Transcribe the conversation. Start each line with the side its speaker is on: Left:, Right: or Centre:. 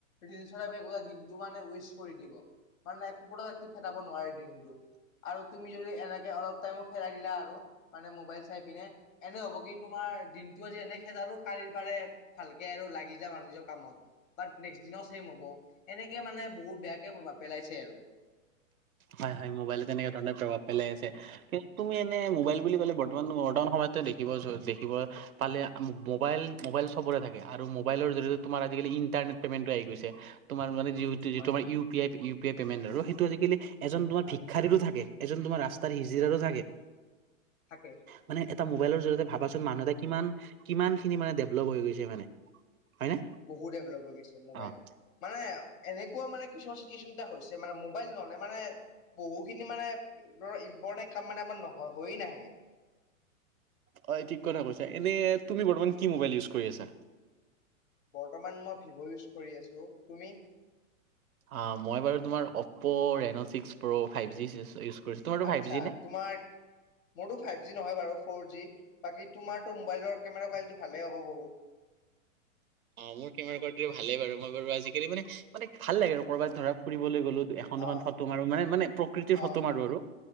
Left: ৰিল চৰাব গোটেই দিনটো মান। উইষ্ট কৰি দিব মানে কোপ ৰাতি ফেটাব নোৱাৰে দিনটো। আৰু তুমি যদি এনেকে অলপ টাইমো খেদাই দিলা আৰু মানে মোবাইল চাই পিনে এনে হ'ব কি তোমাৰ। দিনটো আজি এনে খেদালো। কালিৰ পাৰে ভালকে আৰু লাগি যাব আৰু নিজৰ কামত বাট নেক্স দিনাও চেম হ'ব। এনেকে মানে বহুত বেয়াকে প্ৰভাৱ পেলাইছে আৰু।
Right: হয়, হয়, মোবাইলে তেনেকুৱা ধৰণে প্ৰভাৱ পেলাই আছে, কিন্তু তুমি এনে ম'বাইল। বুলি ক'লে বৰ্তমান মডাৰণ সময় দে দেখিব পালে মবাইল মবাইল চবৰে থাকে আৰু। মোবাইল জৰিয়তে তোমাৰ আজি কালি ইন্টাৰনেট পেমেণ্ট টো আহি গৈছে, তোমাৰ মানে যিটোমাৰ
Left: হয়
Right: U P I U P I payment আৰু সেইটো আজিকালি এজন তোমাৰ
Left: হয়
Right: ভিক্ষাৰীৰো থাকে এজন তোমাৰ ৰা ৰাস্তাতাৰ হিজিৰাৰো থাকে।
Left: থাকে
Right: মানে এটা মোবাইলৰ জৰিয়তে ভাবাচোন মানুহ এটা কিমান কিমান খিনি মানে ডেভলপ হৈ গৈছে। মানে হয়নে।
Left: বহুত ডেভেলপ হৈ গৈছে মোবাইল।
Right: অ',
Left: মানে এনেকুৱা মানে কিছুমান চিতুৱেশচন এটা হৈছে মানে মোবাইল নহ'লে মানে বহুখিনি মানে ধৰ ইম্পৰ্টেন্ট কাম মানে আমাৰ নহয় হয়য়ে নাহে।
Right: হয় ঠিক কথা কৈছা। এনে তুমি বৰ্তমান কি মোবাইল ইউজ কৰি আছা?
Left: বৰ্তমান মই ভিভ' ইউজ কৰি আছো, তুমি?
Right: অ', মই বাৰু তোমাৰ Oppo Reno six pro five G <unintelligible>
Left: আতছা
Right: five জি নে?
Left: তোমাৰ মোৰ ফাইভ জি নহয় বাৰু ফৰ জি বাকী তোমাৰতো মোবাইলৰ কেমেৰা কোৱালিটি ভালে হ'ব বহুত।
Right: অ', মোৰ কেমেৰা কোৱালিটিটো ভালে বাৰু মই বাৰু আজিকালি মানে মানে ভাল লাগে আৰু ক'ৰবাত ধৰা ফুৰিবলৈ গ'লো। এখন
Left: অ',
Right: দুখন ফটো মাৰো মানে। মানে প্ৰকৃতিৰ
Left: অ',
Right: ফটো মাৰো আৰু